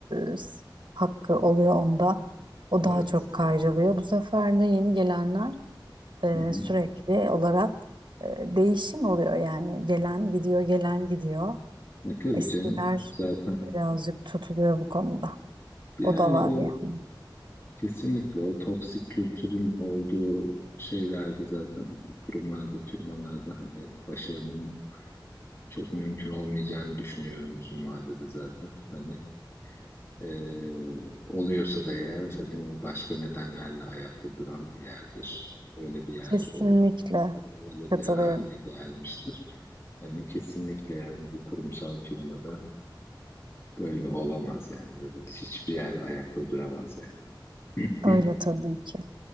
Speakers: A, on the right (about 75°); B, on the left (about 30°).
A: e, s- hakkı oluyor onda. O
B: evet.
A: daha çok kayrılıyor. Bu sefer de yeni gelenler e,
B: Hı hı.
A: sürekli olarak e, değişim oluyor. Yani gelen gidiyor, gelen gidiyor.
B: E, tabii
A: Eskiler
B: canım zaten
A: birazcık tutuluyor bu konuda.
B: yani
A: O da var
B: o
A: yani.
B: Kesinlikle o toksik kültürün olduğu şeylerde zaten kurumlarda, firmalarda hani başarının çok mümkün olmayacağını düşünüyorum uzun vadede zaten. Hani eee, oluyorsa da eğer hani o başka nedenlerle ayakta duran bir yerdir. Öyle bir yer,
A: Kesinlikle
B: o öyle
A: katılıyorum.
B: bir yer haline gelmiştir. Hani kesinlikle yani bir kurumsal firmada böyle olamaz yani. Öyle hiçbir yer ayakta duramaz yani. <clears throat>
A: Öyle tabii ki.